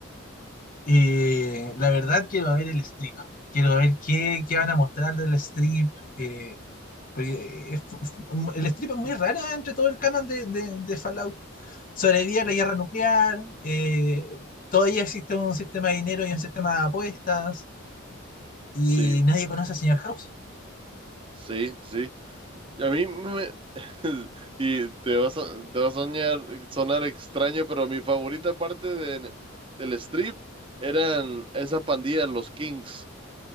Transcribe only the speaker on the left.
Eh, la verdad quiero ver el strip. Quiero ver qué, qué van a mostrar del strip. eh, porque es fu- fu- el strip es muy raro entre todo el canon de, de- de Fallout. Sobrevive a la guerra nuclear. eh, todavía existe un sistema de dinero y un sistema de apuestas. Y
nadie conoce al señor House.